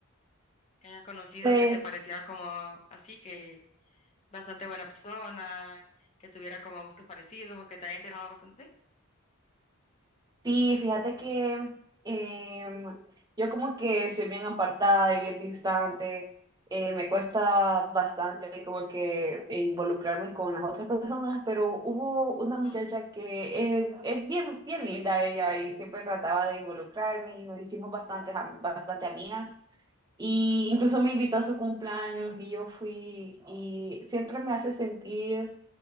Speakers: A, on the left; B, on the right.
A: que hayas conocido
B: pues
A: que te pareciera como así, que bastante buena persona, que tuviera como gustos parecidos o que te haya interesado bastante.
B: Sí, fíjate que em, yo como que soy bien apartada y bien distante, eh, me cuesta bastante como que involucrarme con las otras personas, pero hubo una muchacha
A: Ujú.
B: que eh, es bien, bien linda ella y siempre trataba de involucrarme y nos hicimos bastantes, am- bastante amigas. Y incluso me invitó a su cumpleaños y yo fui y siempre me hace sentir